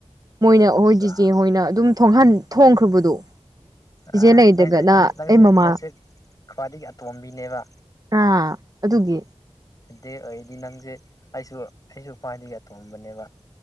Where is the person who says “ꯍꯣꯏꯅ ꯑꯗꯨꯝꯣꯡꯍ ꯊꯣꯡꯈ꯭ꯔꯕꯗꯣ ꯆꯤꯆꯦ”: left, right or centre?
Right